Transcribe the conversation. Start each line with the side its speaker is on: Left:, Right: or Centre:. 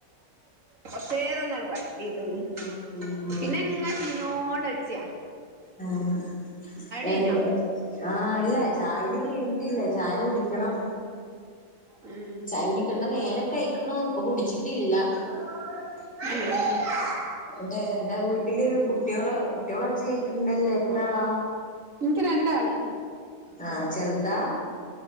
Right: കൊറച്ചേരണ്ട് <unintelligible>
Centre: ഉം ഉം
Right: പിന്നെങ്ങനെ ചീഞ്ഞോണ്ടൾച്ച
Centre: ആഹ് എൻ
Right: കയിഞ്ഞോ
Centre: ആഹ് അല്ലാ ചായുടി കയിഞ്ഞിട്ടില്ല ചായ കുടിക്കണം
Right: ഉം
Centre: കുടിക്കേണ്ടേ നേരക്കയിക്ക്ണു ഇപ്പൊ കുടിച്ചിട്ടില്ല
Right: ഉം
Centre: <unintelligible> എന്റെ വീട്ടില് കുട്ടിയോള് കുട്ടിളേ ഒച്ചാ കേക്കാണ്ടല്ലോ എത്ര ആളാ
Right: ഇൻക്ക് രണ്ടാള്
Centre: ആഹ് ചെറ്താ